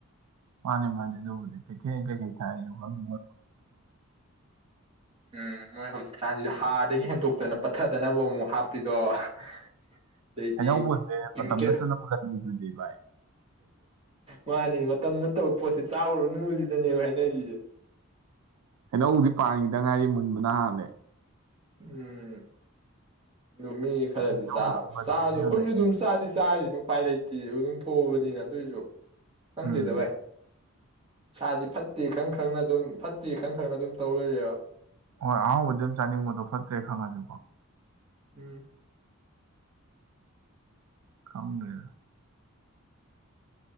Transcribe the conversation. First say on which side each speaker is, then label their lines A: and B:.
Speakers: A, on the right; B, on the right.
A: ꯃꯥꯅꯦ ꯃꯥꯅꯦ ꯑꯗꯨ ꯀꯩ ꯊ ꯀꯩ ꯀ ꯊꯥꯏ ꯐꯪ
B: ꯎꯝ ꯃꯣꯏ ꯍꯧꯖꯤꯛ ꯆꯥꯟꯁꯤꯗ ꯍꯥꯔꯗꯒꯤ ꯍꯦꯟꯗꯣꯛꯇꯅ ꯄꯠꯊꯗꯅꯕ ꯑꯃꯨꯛ ꯍꯥꯞꯄꯤꯗꯣ ꯑꯗꯩꯗꯤ
A: ꯍꯩꯅꯧ ꯃꯨꯟꯕꯩ
B: ꯀꯦꯃꯤꯀꯦꯜ
A: ꯃꯇꯝ ꯅꯠꯇꯅ ꯃꯨꯜꯍꯟꯕꯤꯗꯨꯗꯤ ꯚꯥꯏ
B: ꯃꯥꯅꯤ ꯇꯞ ꯅꯠꯇꯕ ꯄꯣꯠꯁꯦ ꯆꯥꯎꯔꯨꯅꯨꯕꯁꯤꯗꯅꯦꯕ ꯍꯥꯏꯅꯔꯤꯁꯦ
A: ꯍꯂꯧꯗꯤ ꯄꯥꯉꯗ ꯉꯥꯏꯔꯤ ꯃꯨꯟꯕꯅ ꯍꯥꯜꯂꯦ
B: ꯎꯝ ꯑꯗꯨ ꯃꯤ ꯈꯔꯗꯤ
A: ꯍꯩꯅꯧꯗꯤ
B: ꯆꯥ ꯆꯥꯁꯨ
A: ꯕꯖꯥꯔꯗ
B: ꯑꯩꯈꯣꯏꯁꯨ
A: ꯌꯣꯟꯅꯩ
B: ꯑꯗꯨꯝ ꯆꯥꯗꯤ ꯆꯥꯔꯤꯅꯤ ꯎꯄꯥꯏ ꯂꯩꯇꯦ ꯤ ꯑꯗꯨꯝ ꯊꯣꯛꯑꯕꯅꯤꯅ ꯑꯗꯨꯏꯁꯨ ꯍꯪꯗꯗ
A: ꯎꯝ
B: ꯚꯏ ꯁꯥꯗꯤ ꯐꯠꯇꯦ ꯈꯪ ꯈ꯭ꯔꯪꯅ ꯑꯗꯨꯝ ꯐꯠꯇꯦ ꯈꯪ ꯈ꯭ꯔꯪꯅ ꯑꯗꯨꯝ ꯇꯧꯔ ꯂꯩꯔꯦꯕ
A: ꯍꯣꯏ ꯑꯍꯥꯎꯕꯗꯤ ꯑꯗꯨꯝ ꯆꯥꯅꯤꯡꯕꯗꯣ ꯐꯠꯇ꯭ꯔꯦ ꯈꯪꯉꯁꯨꯀꯣ
B: ꯎꯝ
A: ꯈꯥꯎꯒꯦ